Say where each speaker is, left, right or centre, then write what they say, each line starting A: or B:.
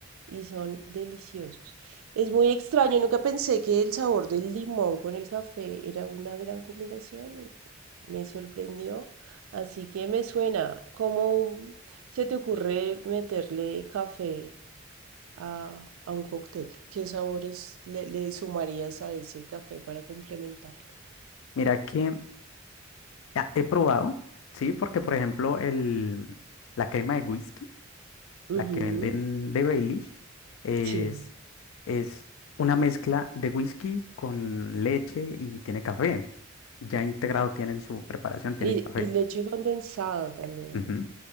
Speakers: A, on the right; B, on the left.
A: y son deliciosos. Es muy extraño, nunca pensé que el sabor del limón con el café era una gran combinación y me sorprendió. Así que me suena, ¿cómo se te ocurre meterle café? a, a un cóctel? ¿Qué sabores le, le sumarías a ese café para complementarlo?
B: Mira que ah, he probado, sí, porque por ejemplo el, la crema de whisky. La
A: Ujú,
B: que venden de Baileys es,
A: sí.
B: es una mezcla de whisky con leche y tiene café. Ya integrado tiene en su preparación, tiene
A: Y,
B: café.
A: y leche condensada también.
B: Ujú.